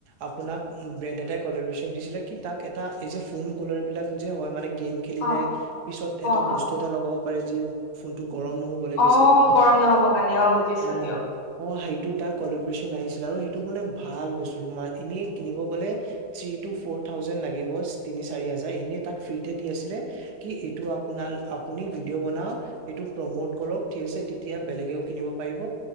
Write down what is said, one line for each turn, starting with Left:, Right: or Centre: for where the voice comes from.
Right: আপোনাক ব্ৰেণ্ড এটাই কলাৰচন দিছিলে কি তাক এটা এই যে ফোন কলাৰ বিলাক যে হয় মানে গেম খেলিলে
Left: অ
Right: পিছত
Left: অ
Right: এটা
Left: অ
Right: বস্তু
Left: অ
Right: এটা লগাব পাৰে যি ফোনটো গৰম নুহুবলৈ বেছি
Left: অ গৰম নহ'ব কাৰণে বুজিছো
Right: অ
Left: দিয়ক
Right: অ হাৰি টো তাৰ কলপ বেচি ন আহিছিলে আৰু সেইটো মানে ভাল বস্তু মই এনেই কিনিব গ'লে থি টু ফ'ৰ থাউজেনড লাগিব তিনি চাৰি হাজাৰ এনেই তাক ফ্ৰীতে দি আছিলে। কি এইটো আপোনাৰ আপোনি ভিডিঅ'বনাওক এইটো প্ৰমোত কৰক। ঠিক আছে তেতিয়া বেলেগে কিনিব পাৰিব